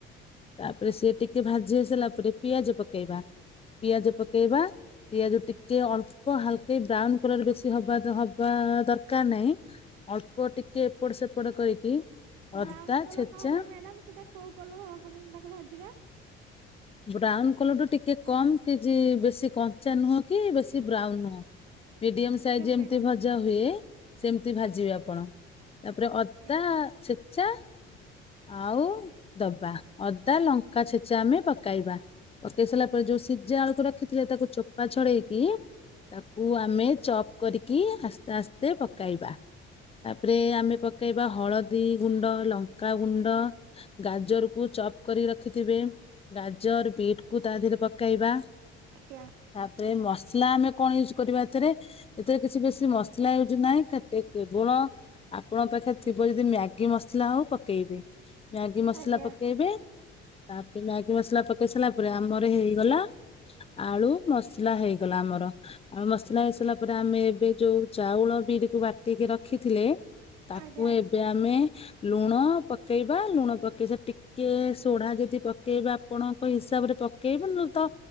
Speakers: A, on the left; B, on the right.
A: ତାପରେ ସିଏ ଟିକେ ଭାଜି ଆସିଲା ପରେ ପିଆଜ ପକେଇବା। ପିଆଜ ପକେଇବା ପିଆଜ ଟିକେ ଅଳ୍ପ ହାଲ କେ ବ୍ରାଉନ୍ କଲର୍ ବେଶୀ ହେବା ତ ହବା ଦରକାର ନାହିଁ। ଅଳ୍ପ ଟି ପଡ ସେପଟ କରିକି
B: ବ୍ରାଉନ୍
A: ଅଦା
B: କଲର୍
A: ଛେଚା
B: ନହେଲେ ମ୍ୟାଡାମ୍ ସେଟା କୋଉ କଲର୍ ହବା ପର୍ଯ୍ୟନ୍ତ ତାକୁ ଭାଜିବା?
A: ବ୍ରାଉନ୍ କଲର୍ ଠୁ ଟିକେ କମ କି ଯି ବେଶୀ କଞ୍ଚା ନୁହଁ କି ବେଶୀ ବ୍ରାଉନ୍ ନୁହଁ। ମିଡିୟମ
B: ଓକେ
A: ସାଇଜ ଯେମିତି
B: ମ୍ୟାଡ଼ାମ
A: ଭଜା ହୁଏ ସେମତି ଭାଜିବେ ଆପଣ। ତାପରେ ଅଦା
B: ଓକେ।
A: ଛେ ଚା, ଆଉ ଦବା ଅଦା ଲଙ୍କା ଛେଚା ଆମେ ପ କାଇବା ପକେଇ ସାରିଲା ପରେ ଯୋଉ ସିଜା ଆଳକୁ ରଖିଥିଲେ ତାକୁ ଚୋପା ଛଡେଇକି ତା ଉ ଆମେ ଚପ୍ କରିକି ଆସ୍ତେ ଆସ୍ତେ ପକାଇବା। ତାପରେ ଆମେ ପକେଇବା ହଳଦୀ ଗୁଣ୍ଡ, ଲଙ୍କ କା ଗୁଣ୍ଡ ଗାଜରକୁୁ ଚପ୍ କରିକି ରଖିଥିବେ ଗାଜର ବିଟ୍ କୁ ତା ଦେହରେ ପକେଇବା।
B: ଆଜ୍ଞା
A: ତାପରେ ମସଲା ଆମେ କଣ ୟୁଜ୍ କରିବା ଏଥିରେ ଏଥିରେ କିଛି ବେଶୀ ମସଲା ୟୁଜ୍ ନାହିଁ। ଖା ଟିକେ ଲୁଣ ଆପଣଙ୍କ ପାଖରେ ଥିବ ଯଦି ମ୍ୟାଗି ମସଲା ହଉ ପକେଇବି। ମ୍ୟାଗି ମସଲା
B: ଆଜ୍ଞା
A: ପକେଇବେ। ତା ଏଇ ମ୍ୟାଗି ମସଲା ପକେଇ ସାରିଲା ପରେ ଆମର ହେଇଗଲା ଆଳୁ ମସଲା ହେଇଗଲା ଆମର। ଆଉ ମସଲା ହେଇସାଇଲା ପରେ ଆମେ ଏବେ ଯୋଉ ଚାଉଳ ବିରିକୁ ବାଟିକି ରଖିଥିଲେ। ତାକୁ
B: ଆଜ୍ଞା
A: ଏବେ ଆମେ ଲୁଣ ପକେଇବା, ଲୁଣ ପକେଇ ସେ ଟି କି ସୁଢା ଯଦି ପକେଇବେ ଆପଣଙ୍କ ହିସାବରେ ପକେଇବେ ନହେଲେ ତ